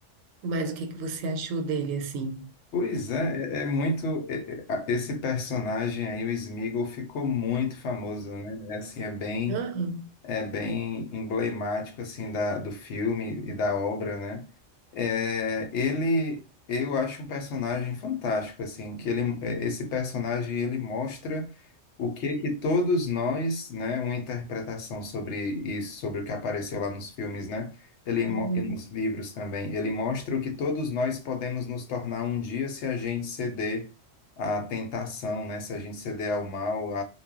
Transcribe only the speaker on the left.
Pois é, é é muito. é- é, a- esse personagem aí, o Sméagol, ficou muito famoso, né? É, assim, é bem,
é bem emblemático assim da, do filme e da obra, né? É, ele, eu acho um personagem fantástico, assim, que ele, é, esse personagem ele mostra o que que todos nós, né, uma interpretação sobre isso, sobre o que apareceu lá nos filmes, né, ele
mo- e nos livros também, ele mostra o que todos nós podemos nos tornar um dia se a gente ceder à tentação, né, se a gente ceder ao mal, a,